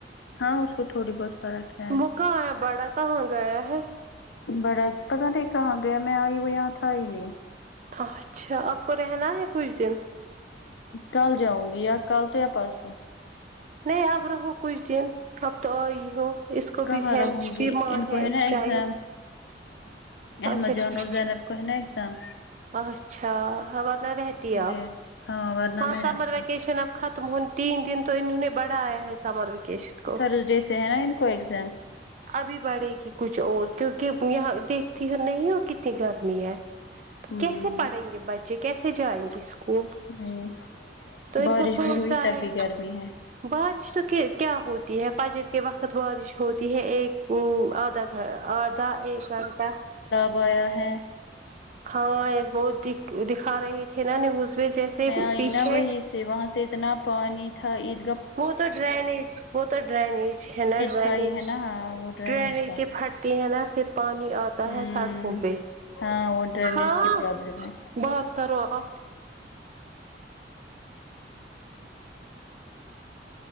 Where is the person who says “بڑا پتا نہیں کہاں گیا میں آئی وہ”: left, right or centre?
Left